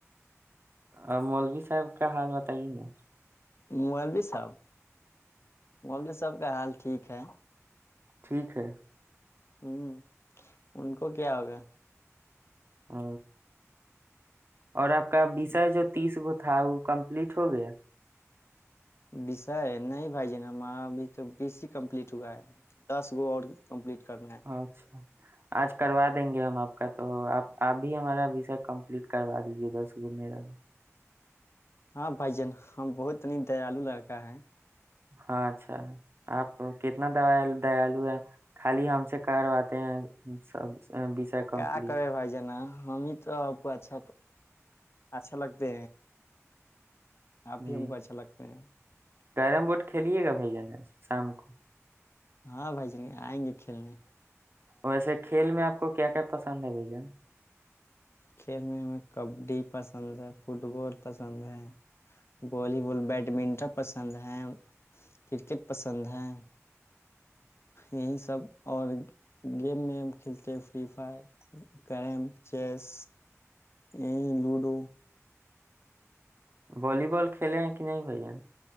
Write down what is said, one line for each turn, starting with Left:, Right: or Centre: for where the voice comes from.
Right: اور مولوی صاحب کا حال بتائیے نا
Left: مائل دیس اچھ بولے سب کا حال ٹھیک ہے
Right: ٹھیک ہے
Left: ہوں ان کو کیا ہوگا
Right: ہ اور آپ کا بیسر جو تیس گ تھا وہ کمپلیٹ ہو گیا
Left: وسا ہے نہیں بھائی ج ن ہم ابھی تو بی س کمپلیٹ ہوا ہے دس گو اور کمپلیٹ کر ل ہیں
Right: اچھا آج کروا دیں گے ہم آپ کا تو آپ آپ بھی ہماراسک کمپلیٹ کروا دیجیے دس گ میرا
Left: ہاں بھائی جان ہم بہت نی دیالو لڑکا ہے
Right: ہاں اچھا آپ کتنا دیالو ہے خالی ہم سے کرواتے ہیں سب وشا کمپلیٹ
Left: کیا کرے بھائی جانا ہمیں تو اچھا اچھا لگتے آپ بھی
Right: جی
Left: ہم کو اچھا لگتے ہیں
Right: کیرم بورڈ کھیلیے گا بھائی جان شام کو
Left: ہاں بھائی جن آئیں گے کھیلنے
Right: ویسے کھیل میں آپ کو کیا کیا پسند ہے بھائی جان
Left: کھیلنے ہمیں کبڈی پسند ہے فٹ بال پسند ہے والی بال بیڈمنٹن پسند ہے کرکٹ پسند ہے یہی سب اور گیم میں ہم کھیلتے ہیں فری فائر کیریم چیس یہ لوڈو
Right: ولیی بول کھیلیں ہیں کہ نہیں بھ جین